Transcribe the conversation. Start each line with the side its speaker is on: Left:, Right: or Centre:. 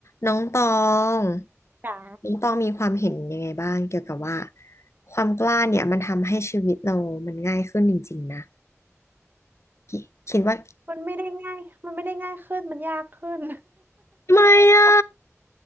Left: น้องตอง
Right: จ๋า
Left: น้องตองมีความเห็นยังไงบ้างเกี่ยวกับว่าความกล้าเนี่ยมันทำให้ชีวิตเรามันง่ายขึ้นจริงๆนะคิคิดว่า
Right: มันไม่ได้ง่ายมันไม่ได้ง่ายขึ้น มันยากขึ้น
Left: ทำไมอ่ะ